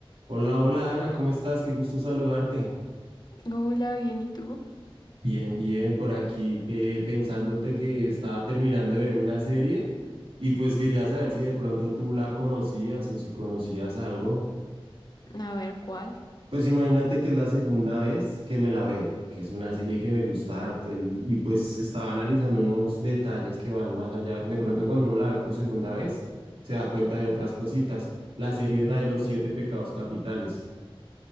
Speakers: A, on the right; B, on the left.
A: Hola, hola Ana, ¿cómo estás? Qué gusto saludarte.
B: Hola, bien, ¿y tú?
A: Bien, bien, por aquí eh, pensándote que estaba terminando de ver una serie y pues quería saber si de pronto tú la conocías o si conocías algo.
B: A ver, ¿cuál?
A: Pues imagínate que es la segunda vez que me la veo, porque es una serie que me gusta harto y, y pues estaba analizando unos detalles que van más allá. De pronto cuando uno la ve por segunda vez, se da cuenta de otras cositas. La serie es la de los siete pecados capitales.